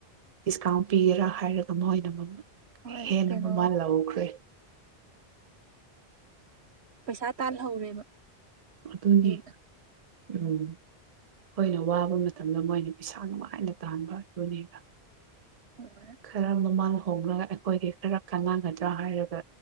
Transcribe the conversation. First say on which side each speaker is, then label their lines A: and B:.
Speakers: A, on the right; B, on the right.
A: ꯗꯤꯁꯀꯥꯎꯟ ꯄꯤꯒꯦꯔꯥ ꯍꯥꯏꯔꯒ ꯃꯣꯏꯅ
B: ꯍꯣꯏ
A: ꯍꯦꯟꯅ
B: ꯀꯩꯅꯣ
A: ꯃꯃꯥ ꯂꯥꯎꯍꯈ꯭ꯔꯦ
B: ꯄꯩꯁꯥ ꯇꯥꯜꯍꯧꯔꯦꯕ
A: ꯑꯗꯨꯅꯤ
B: ꯍꯦꯟꯅ
A: ꯎꯝ ꯑꯩꯈꯣꯏꯅ ꯋꯥꯕ ꯃꯇꯝꯗ ꯃꯣꯏꯅ ꯄꯩꯁꯥ ꯅꯨꯡꯉꯥꯏꯅ ꯇꯥꯟꯕ ꯑꯗꯨꯅꯦꯕ
B: ꯍꯣꯏ
A: ꯈꯔ ꯃꯃꯥꯡ ꯍꯣꯡꯂꯒ ꯑꯩꯈꯣꯏꯒꯤ ꯈꯔ ꯀꯥꯟꯅꯒꯗ꯭ꯔꯥ ꯍꯥꯏꯔꯒ